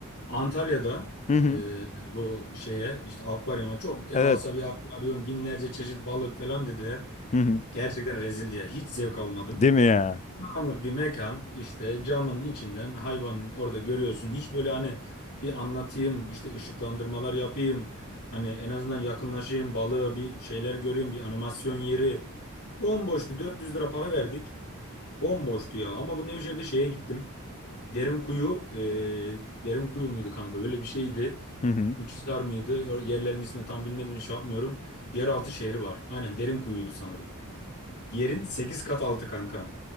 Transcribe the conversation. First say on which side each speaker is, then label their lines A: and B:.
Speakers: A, on the left; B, on the left.
A: Antalya'da
B: Hı hı.
A: e, bu şeye işte akvaryuma çok devasa
B: Evet.
A: bir akvaryum binlerce çeşit balık falan dediler.
B: Hı hı.
A: Gerçekten rezildi ya. Hiç zevk almadım.
B: Değil mi ya?
A: Anlık bir mekan işte camın içinden hayvanın orada görüyorsun. Hiç böyle hani bir anlatayım işte ışıklandırmalar yapayım. Hani en azından yakınlaşayım balığı bir şeyler göreyim bir animasyon yeri. Bomboştu 400 lira para verdik. Bomboştu ya ama bu Nevşehir'de şeye gittim. Derin kuyu e, derin kuyu muydu kanka öyle bir şeydi.
B: Hı hı.
A: Uçhisar mıydı O yerlerin ismini tam bilmediğim için şey yapmıyorum. Yeraltı şehri var aynen derin kuyuydu sanırım. Yerin 8 kat altı kanka.